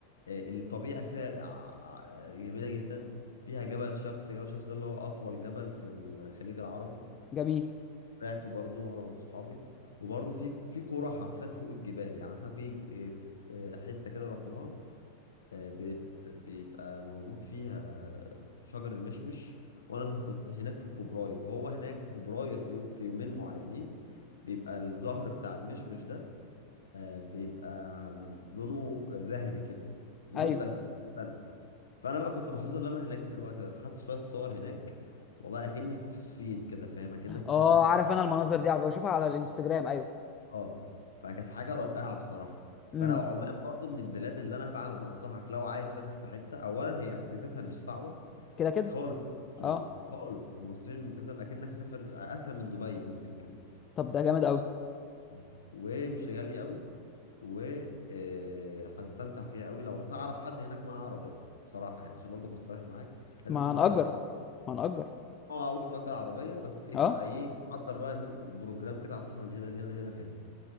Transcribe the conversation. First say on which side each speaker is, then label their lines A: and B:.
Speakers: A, on the left; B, on the left.
A: آه، الطبيعة فيها ع- ع- جميلة جدا فيها جبل شمس جبل شمس ده اللي هو أطول جبل في الخليج العربي
B: جميل
A: طلعته برضو أنا وأصحابي وبرضو في في قرى حرفيا فوق الجبال يعني احنا في آه، آه، حتة كده رحناها آه، بيت بيبقى موجود فيها شجر المشمش وانا كنت هناك في فبراير وهو هناك في فبراير في يوم في يومين معينين بيبقى الزهر بتاع المشمش ده آه، بيبقى لونه زهري كده يومين
B: ايوه
A: بس في السنة فانا بقى كنت محظوظ ان انا هناك في الوقت ده فخدت شوية صور هناك والله اكني في الصين كده فاهم اكنك في
B: اه
A: حتة في الصين
B: عارف انا المناظر دي بشوفها على الانستجرام ايوه
A: اه فكانت حاجه رائعه بصراحه
B: امم
A: فلا عمان برضو من البلاد اللي انا فعلا بنصحك لو عايز تسافر في حته اولا هي فيزتها مش صعبه
B: كده كده
A: خالص المصريين
B: اه
A: خالص المصريين فيزتهم اكنك مسافر اسهل من دبي ممكن كمان
B: طب ده جامد قوي
A: آه. ومش غاليه قوي و آه، هتستمتع فيها قوي لو هتعرف حد هناك معاه عربيه بصراحه يعني عشان برضه اكون صريح معاك لازم
B: ما
A: تكون
B: هنأجر
A: عارف حد
B: ما هنأجر
A: اه ممكن تأجر عربيه بس ايه
B: اه
A: تبقى ايه تحضر بقى بروجرام كده هتروح من هنا لهنا لهنا لهنا